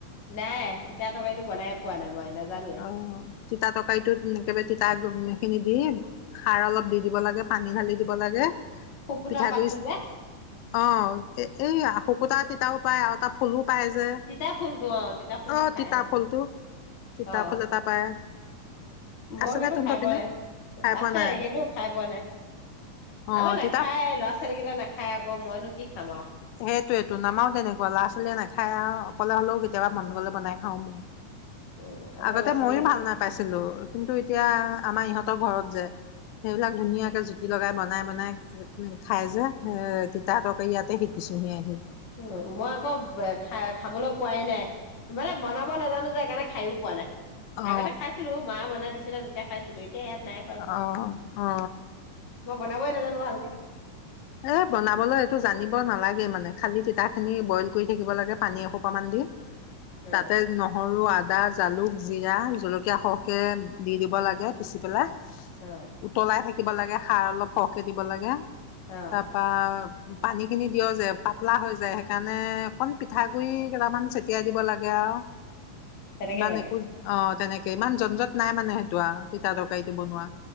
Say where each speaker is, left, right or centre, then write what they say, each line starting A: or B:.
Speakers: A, on the left; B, on the left.
A: নাই। টিতা তৰকাৰীটো বনাই পোৱা নাই। মই নাজানোৱে
B: অ তিতা তৰকাৰিটো একেবাৰে তিতা খিনি দি খাৰ অলপ দি দিব লাগে পানী ঢালি দিব লাগে
A: শুকুতা
B: পিঠাগুৰি
A: পাতটো যে
B: অ এ এই শুকুতা তিতাও পায় আৰু এটা ফুলো পায় যে।
A: তিতা ফুলটো অ তিতা ফুলটো
B: অ'
A: খাই
B: তিতা
A: আৰু
B: ফুলটো তিতা
A: অ
B: ফুল এটা পায় আছে
A: মই কিন্তু
B: নে তহঁতৰ
A: খাই
B: পিনে?
A: পোৱা নাই
B: খাই পোৱা
A: আছে
B: নাই?
A: কিন্তু খাই পোৱা নাই
B: অ
A: আমাৰ
B: তেতিয়া
A: নাখায় ল'ৰা ছোৱালীকেইটা নাখায় আ আ মইনো কি খাম আৰু
B: সেইটোৱটো নামাও তেনেকুৱা ল'ৰা ছোৱালীয়ে নাখায় আৰু অকলে হ'লেও কেতিয়াবা মন গলে বনাই খাও মোৰ
A: উম আমাৰ
B: আগতে
A: ল'ৰা ছোৱালী
B: ময়ো
A: কেইটা
B: ভাল নাপাইছিলো কিন্তু এতিয়া আমাৰ ইহঁত ঘৰত যে সেইবিলাক ধুনীয়াকে জুতি লগাই বনাই বনাই খাই যে এ তিততৰকে ইয়াত ত খে কিছুহি আহি
A: উ মই আকৌ খা খাবলৈ পোৱাই নাই মানে বনাব নাজানো যে সকাৰণে খাইও পোৱা নাই
B: অ
A: আগতে খাইছিলো মা বনাই দিছিল দেখাইছিলো এয়া ইয়াত নাই ক প
B: অ অ
A: মই বনাবই নাজানো ভালকে
B: এ বনাবলৈ এইটো জানিব নালাগে মানে খালি তিতাখিনি বইল কৰি থাকিব লাগে পানী এসোপামান দি
A: অ
B: তাতে নহৰু আ আদা জালুক জিৰা জলকীয়া সৰহকৈ দি দিব লাগে পিচি পেলাই
A: অ
B: উতলাই থাকে দিব লাগে সাৰ অলপ সৰহকে দিব লাগে
A: অ
B: তপা পানীখিনি দিয়ে যে পাতলা হৈ যায় সেইকাৰণে অকণ পিঠাগুড়ি কেইটামান ছটিয়াই দিব লাগে আৰু
A: তেনেকে
B: বা
A: বনাই
B: নো অ তেনেক ইমান জ্জট নাই মানে সেইটো আৰু তিতা তৰকাৰীটো বনোৱা